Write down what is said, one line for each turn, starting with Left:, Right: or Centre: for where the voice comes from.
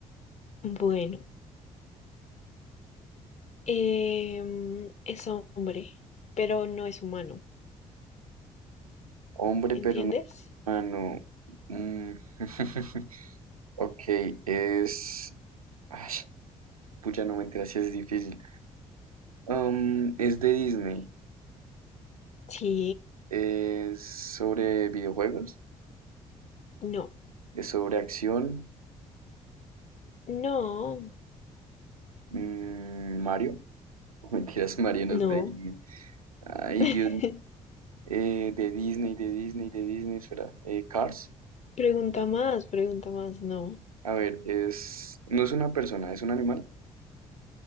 Left: Bueno, em, es hombre, pero no es humano.
Right: Hombre,
Left: ¿Entiendes?
Right: pero no humano. Mm, <laughs> ok, es... Ay, pucha, no me enteras si es difícil. Um, es de Disney.
Left: Sí,
Right: Es sobre videojuegos.
Left: no,
Right: Es sobre acción.
Left: no,
Right: Mm, Mario. <laughs> Mentiras, Mario no
Left: no.
Right: es de Disney. Ay,
Left: <laughs>
Right: Dios mío. Eh, de Disney, de Disney, de Disney. Espera. Eh, Cars.
Left: Pregunta más, pregunta más, no.
Right: A ver, es. No es una persona, es un animal.